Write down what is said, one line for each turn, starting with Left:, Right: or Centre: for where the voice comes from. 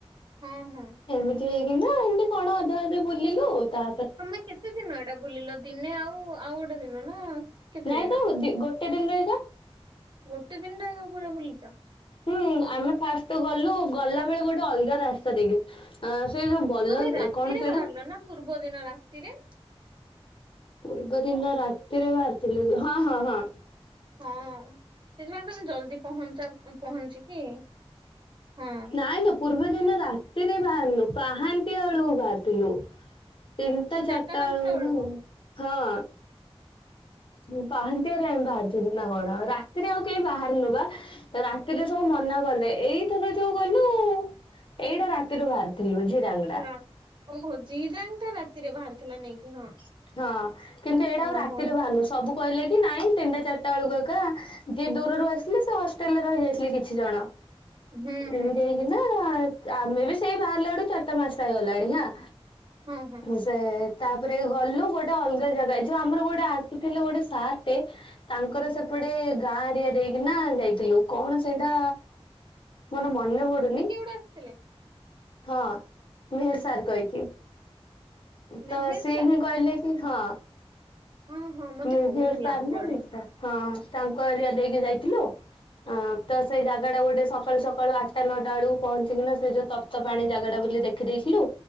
Right: ହୁଁ ହୁଁ।
Left: ଏମିତି ହେଇକିନା ଏମିତି କଣ ଅଧା ଅଧି ବୁଲିଲୁ ତା
Right: ତମେ କେତେ ଦିନ ଏଇଟା ବୁଲିଲ ଦିନେ ଆଉ ଆଉ ଗୋଟେ ଦିନ ନା। କେତେ
Left: ନାଇଁ
Right: ଦିନ
Left: ତ ଦି ଗୋଟେ ଦିନର ଏଇକା।
Right: ଗୋଟେ ଦିନ ଟା ଏକା ପୁରା ବୁଲିଛ
Left: ହୁଁ ଆମେ ଫାଷ୍ଟ ଗଲୁ ଗଲା ବେଳେ ଗୋଟେ ଅଲଗା ରାସ୍ତା ଦେଇକି। ଅ ସେଇ ଯୋଉ ବଲ
Right: ତମେ ରାତିରେ
Left: କଣ ସେଇଟା।
Right: ବାହାରିଲ ନା ପୂର୍ବ ଦିନ ରାତିରେ।
Left: ପୂର୍ବ ଦିନ ରାତିରେ ବାହାରିଥିଲୁ ହଁ ହଁ ହଁ।
Right: ହଁ ସେଥିପାଇଁ ତମେ ଜଲଦି ପହଞ୍ଚ ପହଞ୍ଚିକି ହଁ।
Left: ନାଇଁ ଲୋପୂର୍ବ ଦିନ ରାତିରେ ବାହାରିଲୁ ପାହାନ୍ତି ବେଳକୁ ବାହାରିଥିଲୁ। ତିନିଟା
Right: ସେ
Left: ଚାରିଟା
Right: ପାଞ୍ଚଟା
Left: ବେଳୁକୁ
Right: ବେଳକୁ
Left: ନା କଣ ହଁ। ମୁଁ ପାହାନ୍ତିଆରେ ଆମ ବାହାରୁଥିଲୁ ନା କଣ ଆଉ ରାତିରେ ଆଉ କେହି ବାହାରନୁ ବା। ରାତିରେ ସବୁ ମନା କଲେ ଏଇଥର ଯୋଉ ଗଲୁ ଏଇଟା ରା ତିରୁ ବାହାରିଥିଲୁ ଝିରାଙ୍ଗିଡା।
Right: ରା ଓହୋ ଜିରାଙ୍ଗ ଟା ରାତିରେ ବାହାରିଥିଲା ନାଇଁକି ହଁ।
Left: ହଁ, କିନ୍ତୁ ଏଇଟା
Right: ହଁ
Left: ଆଉ ରାତିରେ
Right: ହଁ।
Left: ବାହାନୁ, ସବୁ କହିଲେ କି ନାଇଁ ତିନିଟା ଚାରିଟା ବେଳକୁ ଏକା। ଯିଏ ଦୂରରୁ ଆସିଲେ ସେ ହଷ୍ଟେଲରେ ରହିଯାଇଥିଲେ କିଛି ଜଣ,
Right: ହୁଁ ହୁଁ
Left: ଏମତି ହେଇ ନା ଆମେ ବି ସେଇ ବାହାରିଲା ବେଳୁ, ଚାରିଟା ପାଞ୍ଚଟା ହେଇଗଲାଣି ହାଁ।
Right: ହଁ ହଁ।
Left: ସେ ତାପରେ ଗଲୁ ଗୋଟେ ଅଲଗା ଜାଗା ଏ ଯୋଉ ଆମର ଗୋଟେ ଆସିଥିଲେ ଗୋଟେ ସାରଟେ ତାଙ୍କର ସେପଟେ ଗାଁ ଏରିଆ ଦେଇକି ନା ଯାଇଥିଲୁ, କଣ ସେଇଟା? ମୋର ମନେ ପଡୁନି।
Right: କୋଉଠୁ ଆସିଥିଲେ?
Left: ହଁ, ମିହିର ସାର କଏକି।
Right: ମେହେର
Left: ତ ସିଏ
Right: ସାର୍
Left: ହିଁ କହିଲେ କି ହଁ
Right: ହଁ ହଁ ମତେ
Left: ନା
Right: କହୁଥିଲା
Left: <unintelligible>
Right: ଅଞ୍ଜଳି
Left: ହଁ, ତାଙ୍କ ଏରିଆ ଦେଇକି ଯାଇଥିଲୁ। ଅ ତ ସେଇ ଜାଗା ଟା ଗୋଟେ ସକାଳୁ ସକାଳୁ ଆଠଟା ନଅଟା ବେଳକୁ ପହଞ୍ଚିକିନା ସେ ଯୋଉ ତ ପ୍ତ ପାଣି ଜାଗା ଟା ବୋଲି ଦେଖିଦେଇଥିଲୁ,